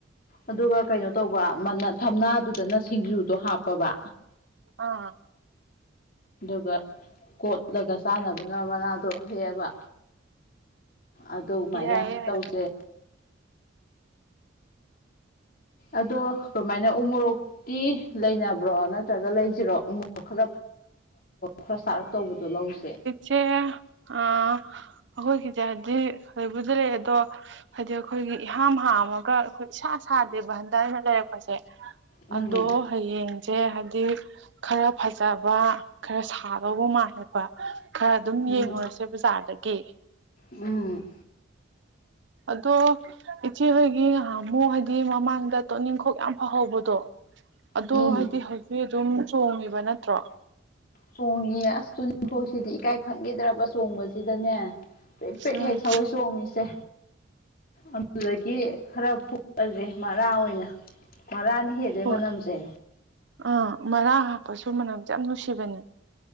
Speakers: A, on the left; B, on the right.
A: ꯑꯗꯨꯒ ꯀꯩꯅꯣ ꯇꯧꯕ ꯊꯝꯅꯥꯗꯨꯗꯅ ꯁꯤꯡꯖꯨꯗꯣ ꯍꯥꯞꯄꯕ
B: ꯑꯥ
A: ꯑꯗꯨꯒ ꯀꯣꯠꯂꯒ ꯆꯥꯅꯕꯅ ꯃꯅꯥꯗꯣ ꯍꯦꯛꯑꯕ ꯑꯗꯨꯃꯥꯏꯅ
B: ꯌꯥꯏ ꯌꯥꯏ
A: ꯇꯧꯁꯦ ꯑꯗꯣ ꯀꯃꯥꯏꯅ ꯎꯃꯣꯔꯣꯛꯇꯤ ꯂꯩꯅꯕ꯭ꯔꯣ ꯅꯠꯇ꯭ꯔꯒ ꯂꯩꯁꯤꯔꯣ ꯎꯃꯣꯔꯣꯛ ꯈꯔ ꯈꯔ ꯆꯥꯔꯞ ꯇꯧꯕꯗꯣ ꯂꯧꯁꯦ
B: ꯁꯦ ꯑꯩꯈꯣꯏꯒꯤꯁꯦꯗꯤ ꯂꯣꯏꯕꯨꯗꯤ ꯂꯩ ꯑꯗꯣ ꯍꯥꯏꯗꯤ ꯑꯩꯈꯣꯏꯒꯤ ꯏꯍꯥꯡ ꯍꯥꯝꯃꯒ ꯑꯩꯈꯣꯏ ꯏꯁꯥ ꯁꯥꯗꯦꯕ ꯍꯟꯗꯛꯩꯅ ꯂꯩꯔꯛꯄꯁꯦ
A: ꯎꯝ
B: ꯑꯗꯣ ꯍꯌꯦꯡꯁꯦ ꯍꯥꯏꯗꯤ ꯈꯔ ꯐꯖꯕ ꯈꯔ ꯊꯥꯗꯧꯕ ꯃꯥꯜꯂꯦꯕ ꯈꯔ ꯑꯗꯨꯝ
A: ꯎꯝ
B: ꯌꯦꯡꯉꯨꯔꯁꯦ ꯕꯖꯥꯔꯗꯒꯤ
A: ꯎꯝ
B: ꯑꯗꯣ ꯏꯆꯦꯍꯣꯏꯒꯤ ꯉꯍꯥꯃꯨ ꯍꯥꯏꯗꯤ ꯃꯃꯥꯡꯗ ꯇꯣꯅꯤꯡꯈꯣꯛ ꯌꯥꯝ ꯐꯍꯧꯕꯗꯣ ꯑꯗꯣ
A: ꯎꯝ
B: ꯍꯥꯏꯗꯤ ꯍꯧꯖꯤꯛ ꯑꯗꯨꯝ ꯆꯣꯡꯉꯤꯕ ꯅꯠꯇ꯭ꯔꯣ
A: ꯆꯣꯡꯉ ꯑꯁꯇꯨ ꯅꯤꯡꯐꯣꯛꯁꯤꯗꯤ ꯏꯀꯥꯏ ꯈꯪꯈꯤꯗ꯭ꯔꯕ ꯆꯣꯡꯕꯁꯤꯗꯅꯦ ꯄꯦꯛ ꯄꯛ
B: ꯎꯝ
A: ꯍꯦꯛ ꯁꯒꯣꯏ ꯆꯣꯡꯉꯤꯁꯦ ꯑꯗꯨꯗꯒꯤ ꯈꯔ ꯐꯨꯑꯁꯦ ꯃꯔꯥ ꯑꯣꯏꯅ ꯃꯔꯥꯅ ꯍꯦꯜꯂꯣꯏ
B: ꯍꯣꯏ
A: ꯃꯅꯝꯁꯦ
B: ꯑꯥ ꯃꯔꯥ ꯍꯥꯞꯄꯁꯨ ꯃꯅꯝꯁꯦ ꯌꯥꯝ ꯅꯨꯡꯁꯤꯕꯅꯦ